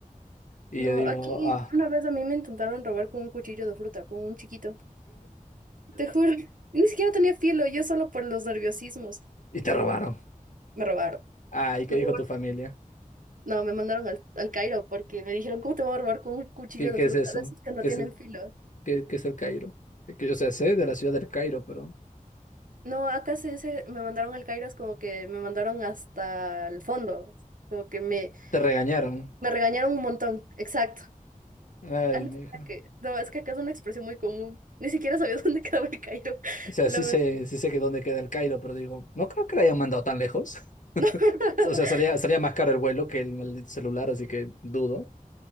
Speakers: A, on the left; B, on the right.
A: Y
B: No,
A: yo digo,
B: aquí
A: ah,
B: una vez a mí me intentaron robar con un cuchillo de fruta, con un chiquito. Te juro, <laughs> ni siquiera tenía filo, yo solo por los nerviosismos.
A: y te robaron.
B: Me robaron.
A: Ah, ¿y qué
B: Me
A: dijo
B: robaron.
A: tu familia?
B: No, me mandaron al, al Cairo porque me dijeron, ¿cómo te van a robar con un cuchillo
A: ¿Qué, qué
B: de fruta?
A: es eso?
B: De esos que no
A: ¿Qué
B: tienen
A: es el,
B: filo.
A: qué, qué es el Cairo? Que- que- O sea, sé de la ciudad del Cairo, pero
B: No, acá se dice, me mandaron al Cairo, es como que me mandaron hasta el fondo. Como que me,
A: te regañaron.
B: me regañaron un montón. Exacto.
A: Ay,
B: Ah, no,
A: mi
B: es
A: hija.
B: que, no, es que acá es una expresión muy común. Ni siquiera sabía <laughs> dónde quedaba el Cairo,
A: O sea,
B: la
A: sí
B: verdad.
A: sé, sí sé que dónde queda el Cairo, pero digo, no creo que la hayan mandado tan lejos. <laughs>
B: <laughs>
A: O sea, sería, sería más caro el vuelo que el maldito celular, así que dudo.